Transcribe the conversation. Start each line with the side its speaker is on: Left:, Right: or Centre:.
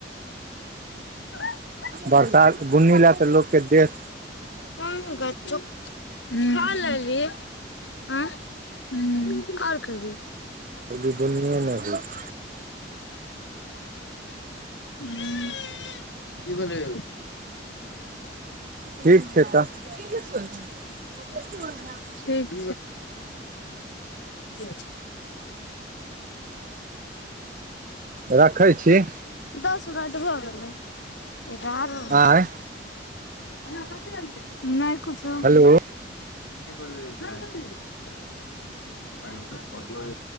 Left: <unintelligible>
Right: बरसात बुन्नी लए तऽ लोक केँ देश
Left: <unintelligible> आ हु आओर कहबी।
Right: <unintelligible>
Left: <unintelligible> कि भैलैय यौव।
Right: ठीक छै तऽ। <unintelligible> <unintelligible>
Left: ठीक छैय।
Right: रखैय छी।
Left: दस मिनट भऽ गेलये एगारह।
Right: आँय
Left: <unintelligible> नहि कुछौ।
Right: हेलो
Left: <unintelligible>